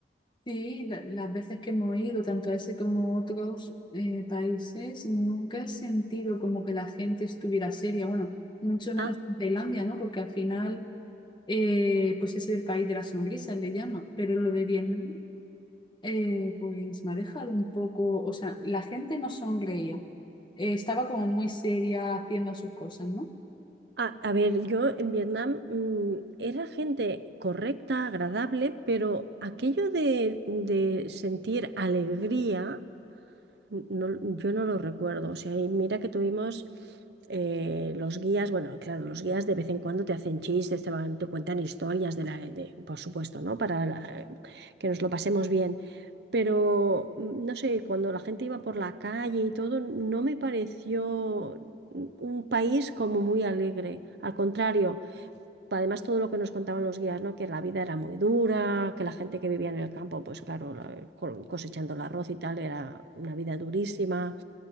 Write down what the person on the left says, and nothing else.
Sí, la- las veces que hemos ido, tanto a ese como a otros eh, países, nunca he sentido como que la gente estuviera seria. Bueno, mucho menos
en Tailandia, ¿no? Porque al final, eh, pues es el país de las sonrisas, le llama. Pero lo de Vietnam, eh, pues me ha dejado un poco, o sea, la gente no sonreía. Eh, estaba como muy seria haciendo sus cosas, ¿no?